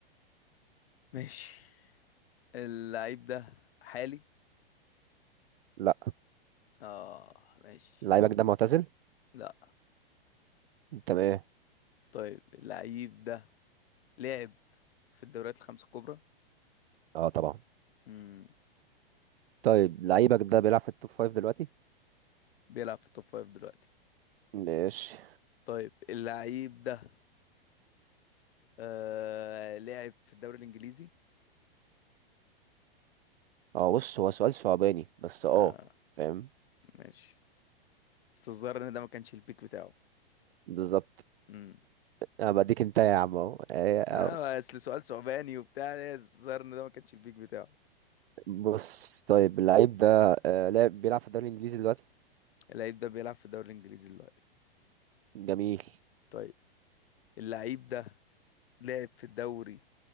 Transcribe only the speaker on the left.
ماشي اللعيب ده حالي
اه ماشي
لا
طيب اللعيب ده لعب في الدوريات الخمسة الكبرى
مم.
بيلعب في التوب فايف دلوقتي
طيب اللعيب ده آه لعب في الدوري الإنجليزي
اه
ماشي بس الظاهر ان ده ما كانش البيك بتاعه
مم.
اه اصل سؤال ثعباني وبتاع إيه، الظاهر ان ده ما كانش البيك بتاعه
اللعيب ده بيلعب في الدوري الانجليزي دلوقتي
طيب اللعيب ده لعب في الدوري